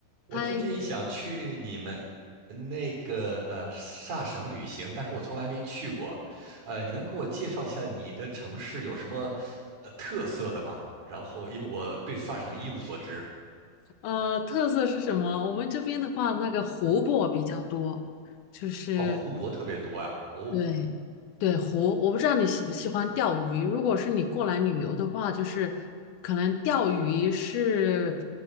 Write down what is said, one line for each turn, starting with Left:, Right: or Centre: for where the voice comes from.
Right: 我最近想去你们
Left: 嗨，
Right: 那个呃萨省旅行，但是我从来没去过。呃，你能给我介绍一下你的城市有什么呃特色的吗？然后，因为我对萨省一无所知。
Left: 呃，特色是什么？我们这边的话，那个湖泊比较多，就是
Right: 哦，湖泊特别多呀。哦，
Left: 对对湖。我不知道你喜不喜欢钓鱼。如果是你过来旅游的话，就是可能钓鱼是